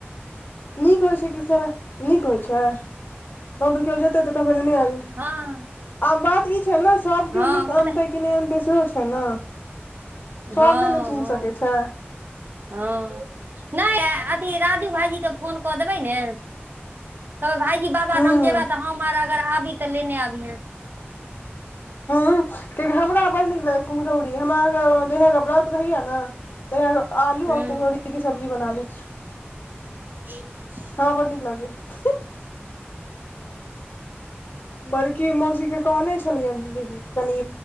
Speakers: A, on the left (about 50°); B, on the right (about 50°).
A: नीक होइ छै कि स नीक होइ छै तो तऽ के जेते तऽ कहबै आयल
B: हँ
A: आब बात छै नऽ सब
B: हँ
A: केओ नीक
B: ओ
A: अनतै
B: तऽ
A: कि नहि अनतै सेहो छै नऽ सब
B: हँ
A: नहि नऽ चीन्ह
B: हँ
A: सकै छै
B: हँ नहि अथी राजु भाईजी के फोन कऽ देबै नऽ कहबै भाईजी बाबाधाम
A: हू हू
B: जेबा तऽ हम आर अगर आबी तऽ लेने आबीहे
A: हँ कियाकि हमरा बड़ नीक लगैया कुम्हरौरी हमरा जहिया क व्रत रहैया न तहिया क आलू
B: हूँ
A: और कुमरोरी केँऽ सब्जी बना लै छी
B: <inaudible>
A: हँ बड़ नीक लागै य बड़की मौसीके कहने छलियैन जेकि कनि